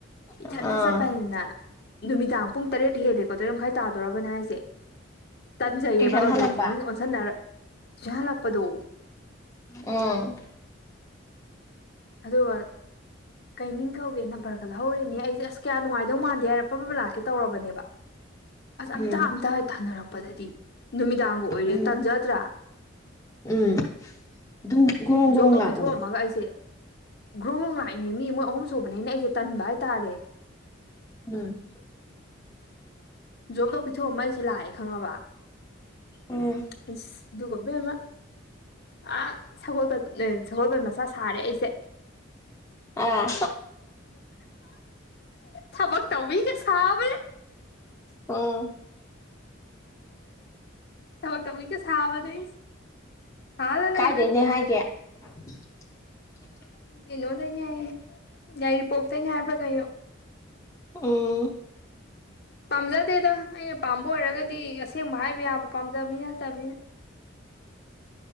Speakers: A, on the left; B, on the left.
A: ꯏꯊꯟꯇ
B: ꯑꯥ
A: ꯆꯠꯄꯅꯤꯅ ꯅꯨꯃꯤꯗꯥꯡ ꯄꯨꯡ ꯇꯔꯦꯠ ꯍꯦꯜꯂꯦꯀꯣ ꯇꯔꯦꯠ ꯃꯈꯥꯏ ꯇꯥꯗꯣꯔꯔꯕꯕꯅ ꯍꯥꯏꯁꯦ ꯇꯟꯖꯩꯌꯦꯕ
B: ꯇꯨꯏꯁꯟ
A: ꯑꯗꯨꯗꯗꯤ
B: ꯍꯜꯂꯛꯄ
A: ꯃꯤ ꯑꯣꯟꯁꯟꯅꯔ ꯆꯍꯜꯂꯛꯄꯗꯣ
B: ꯎꯝ
A: ꯑꯗꯨꯒ ꯀꯩ ꯃꯤꯡ ꯀꯧꯒꯦ ꯅꯝꯕꯔꯒ ꯂꯧꯍꯧꯔꯦꯅꯦ ꯑꯩ ꯁꯤꯁꯦ ꯑꯁ ꯀꯌꯥ ꯅꯨꯡꯉꯥꯏꯗꯧ ꯃꯥꯟꯗꯦ ꯍꯥꯏꯔꯦ ꯑꯐꯕ ꯂꯥꯛꯀꯦ ꯇꯧꯔꯕꯅꯦꯕ ꯑꯁ ꯑꯝꯇꯥ
B: ꯎꯝ
A: ꯑꯝꯇ ꯊꯥꯅꯔꯛꯄꯗꯗꯤ ꯅꯨꯃꯤꯗꯥꯡꯒ ꯑꯣꯏꯔꯦ
B: ꯎꯝ
A: ꯇꯥꯟꯖꯗ꯭ꯔꯥ
B: ꯎꯝ ꯑꯗꯨꯝ ꯒ꯭ꯔꯣꯡ ꯒ꯭ꯔꯣꯡ
A: ꯖꯣꯕ ꯂꯣ
B: ꯂꯥꯛꯎ
A: ꯄꯤꯊꯣꯛꯑꯝꯃꯒ ꯑꯩꯁꯦ ꯒ꯭ꯔꯨꯝꯃ ꯂꯥꯛꯏꯅꯦ ꯃꯤ ꯃꯣꯏ ꯑꯍꯨꯝ ꯁꯨꯕꯅꯤꯅ ꯑꯩꯁꯦ ꯇꯟꯕ ꯍꯥꯏꯇꯥꯔꯦ
B: ꯎꯝ
A: ꯖꯣꯕꯇꯣ ꯄꯤꯊꯣꯛꯑꯝꯃ ꯑꯩꯁꯦ ꯂꯥꯛꯑꯦ ꯈꯪꯉꯕ
B: ꯎꯝ
A: ꯑꯗꯨꯗꯨꯒꯕꯃ ꯑ ꯁꯣ ꯁꯒꯣꯜꯕꯟ ꯃꯆꯥ ꯁꯥꯔꯦ ꯑꯩꯁꯦ
B: ꯑꯥ
A: ꯊꯕꯛ ꯇꯧꯕꯋꯒ ꯁꯥꯕꯦ
B: ꯎ
A: ꯑ ꯊꯃ ꯀꯃꯤ ꯀꯁ ꯍꯥꯕꯅꯁꯤ ꯍꯥ ꯂ ꯂꯩ
B: ꯀꯥꯏꯗꯩꯅꯦ
A: ꯏꯕ
B: <unintelligible>
A: ꯀꯩꯅꯣꯗꯅꯦ ꯍꯥꯏꯌꯦ ꯌꯥꯒꯥꯏꯔꯤ ꯄꯣꯛꯇꯅꯦ ꯍꯥꯏꯕ꯭ꯔꯥ ꯀꯩꯅꯣ
B: ꯎꯝ
A: ꯄꯥꯝꯖꯗꯦꯗ ꯑꯩꯅ ꯄꯥꯝꯕ ꯑꯣꯏꯔꯒꯗꯤ ꯑꯁꯦꯡꯕ ꯍꯥꯏꯕ ꯌꯥꯕ ꯄꯥꯝꯖꯕꯅꯤ ꯅꯠꯇꯕꯅꯤꯅ